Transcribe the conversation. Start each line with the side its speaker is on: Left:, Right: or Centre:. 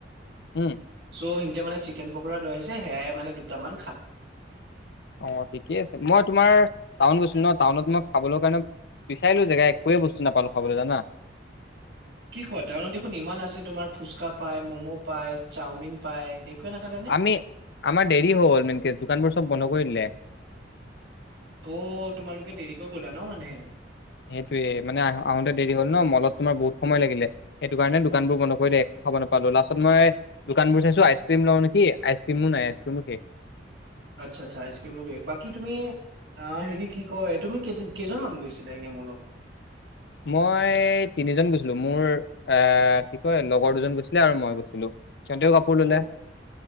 Left: উম
Right: চ' সিহতে মানে চিকেন পকৰা লৈাইছে সেয়াই মানে দুামান
Left: অ', ঠিকে আছে, মই তোমাৰ টাউন গ ন টাউনত মই খাবলৈ কাৰণে বিচাৰিলো জেগা একোৱে বস্তু নাপালো খাবলৈ জানা
Right: কি কোৱা টাউনত দেখোন ইমান আছে তোমাৰ ফুচকা পাই ম'ম' পাই চাওমিন পায় একোৱে নাখালে নে?
Left: আমি আমাৰ দেৰি হ হ'ল মেনকে দোকানবোৰ চব বন্ধ কৰি দিললে
Right: অ' তোমালোকে দেৰিকৈ গ'লা ন মানে
Left: সেইটোয়ে মানে আহ আহোতে দেৰি হ'ল ন মলত তোমাৰ বহুত সময় লাগিলে সেইটো কাৰণে দোকান বোৰ বন্ কৰি দ দেে খাব নাপালো লাষ্টত মই দোকান বোৰ চাইছো আইচক্ৰীম ল কি আইক্ৰিম নাই আইক্ৰমো
Right: আচ্ছা, আচ্ছা, আইচ কিম বাকী তুমি অ হেৰি কি কয় তুমি কেইজনমানান গৈছিলা এনে মলত
Left: মই তিনিজন গৈছিলো, মোৰ এ কি কয় লগৰ দুজন গৈছিলে আৰু মই গৈছিলো সিহঁতেও কাপোৰ ললে
Right: অ',